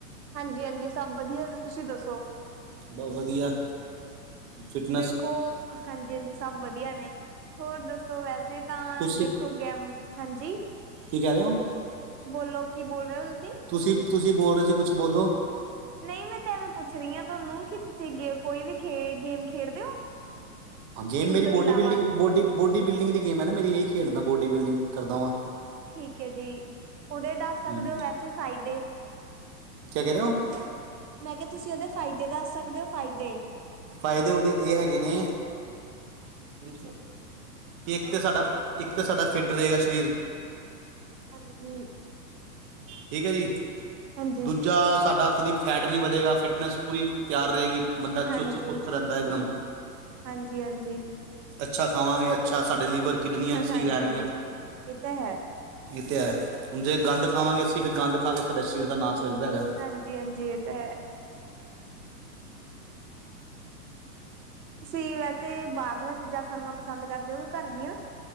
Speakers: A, on the right; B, on the right.
A: ਹਾਂਜੀ-ਹਾਂਜੀ ਸਭ ਵਧੀਆ ਨੇ, ਤੁਸੀਂ ਦੱਸੋ
B: ਬਸ ਵਧੀਆ ਫਿਟਨੈਸ
A: ਦੇਖੋ, ਹਾਂਜੀ-ਹਾਂਜੀ ਸਭ ਵਧੀਆ ਨੇ, ਹੋਰ ਦੱਸੋ, ਵੈਸੇ ਤਾਂ
B: ਤੁਸੀਂ
A: ਦੇਖੋ ਹੋ ਗਿਆ, ਹਾਂਜੀ
B: ਕੀ ਕਹਿ ਰਹੇ ਹੋ
A: ਬੋਲੋ, ਕੀ ਬੋਲ ਰਹੇ ਹੋ ਤੁਸੀਂ
B: ਤੁਸੀਂ-ਤੁਸੀਂ ਬੋਲ ਰਹੇ ਸੀ ਕੁਛ, ਬੋਲੋ
A: ਨਹੀਂ, ਮੈਂ ਤਾਂ ਐਵੇਂ ਪੁੱਛ ਰਹੀ ਹਾਂ ਤੁਹਾਨੂੰ, ਕਿ ਤੁਸੀਂ ਗੇ ਕੋਈ ਵੀ ਖੇ ਗੇਮ ਖੇਡਦੇ ਹੋ
B: ਹਾਂ ਗੇਮ
A: ਜਿੰਮ
B: ਮੇਰੀ
A: ਤੋਂ
B: ਬੋਡੀ
A: ਇਲਾਵਾ
B: ਬਿਲਡਿੰਗ ਬੋਡੀ-ਬੋਡੀ ਬਿਲਡਿੰਗ ਦੀ ਗੇਮ ਹੈ ਨਾ ਮੇਰੀ ਇਹਹੀ ਖੇਡਦਾ ਬੋਡੀ ਬਿਲਡਿੰਗ ਕਰਦਾ ਵਾਂ
A: ਠੀਕ ਹੈ ਜੀ, ਉਹਦੇ ਦੱਸ
B: ਹੂੰ
A: ਸਕਦੇ ਹੋ ਵੈਸੇ ਫਾਇਦੇ
B: ਕਿਹਾ ਕਹਿ ਰਹੇ ਹੋ
A: ਮੈਂ ਕਿਹਾ, ਤੁਸੀਂ ਇਹਦੇ ਫਾਇਦੇ ਦੱਸ ਸਕਦੇ ਹੋ, ਫਾਇਦੇ
B: ਫਾਇਦੇ ਉਹਦੇ ਇਹ ਹੈਗੇ ਨੇ ਕਿ ਇੱਕ ਤਾਂ ਸਾਡਾ, ਇੱਕ ਤਾਂ ਸਾਡਾ ਫਿੱਟ ਰਹੇਗਾ ਸਰੀਰ
A: ਹਾਂਜੀ
B: ਠੀਕ ਹੈ ਜੀ,
A: ਹਾਂਜੀ।
B: ਦੂਜਾ ਸਾਡਾ ਕਦੀ ਫੈਟ ਨਹੀਂ ਵਧੇਗਾ, ਫਿਟਨੈਸ ਪੂਰੀ ਤਿਆਰ ਰਹੇਗੀ ਬੰਦਾ
A: ਹਾਂਜੀ,
B: ਚੁਸਤ ਫੁਸਤ ਰਹਿੰਦਾ, ਇਕਦਮ
A: ਹਾਂਜੀ, ਹਾਂਜੀ,
B: ਅੱਛਾ ਖਾਵਾਂਗੇ, ਅੱਛਾ ਸਾਡਾ ਲੀਵਰ ਕਿਡਨੀਆਂ ਸਹੀ
A: ਹਾਂਜੀ-ਹਾਂਜੀ,
B: ਰਹਿਣਗੀਆਂ
A: ਇਹ ਤਾਂ ਹੈ।
B: ਇਹ ਤੇ ਹੈ, ਹੁਣ ਜੇ ਗੰਦ ਖਾਵਾਂਗੇ ਅਸੀਂ ਫਿਰ ਗੰਦ ਖਾ ਕੇ ਆਪਣੇ ਸਰੀਰ ਦਾ ਨਾਸ ਵਜਦਾ ਹੈਗਾ
A: ਹਾਂਜੀ, ਹਾਂਜੀ ਇਹ ਤਾਂ ਹੈ। ਤੁਸੀਂ, ਵੈਸੇ ਬਾਹਰ ਦੀਆਂ ਚੀਜ਼ਾਂ ਖਾਣਾ ਪਸੰਦ ਕਰਦੇ ਹੋ, ਕੇ ਘਰ ਦੀਆਂ